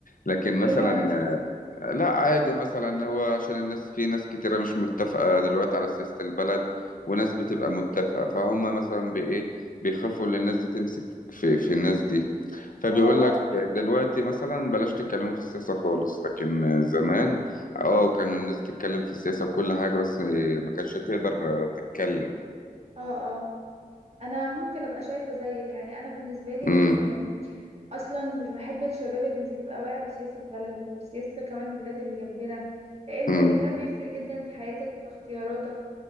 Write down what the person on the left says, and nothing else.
لكن مثلا
آه، لا عادي مثلا هو عشان الناس في ناس كتيرة مش متفقة دلوقتي على سياسة البلد وناس بتبقى متفقة فهم مثلا بإيه بيخافوا ان الناس دي تمسك في في الناس دي فبيقول
لك دلوقتي مثلا بلاش تتكلموا في السياسة خالص لكن آه، زمان اه كانوا الناس تتكلم في السياسة وكل حاجة بس آه، ما كانتش تقدر آه، تتكلم
امم
امم